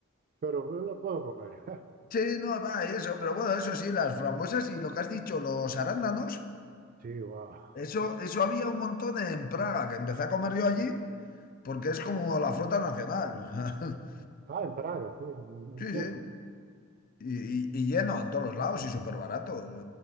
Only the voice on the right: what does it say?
pero lo puedo comer. <laughs>
Sí, wow.
Ah, en Praga, sí, en, en
Checa.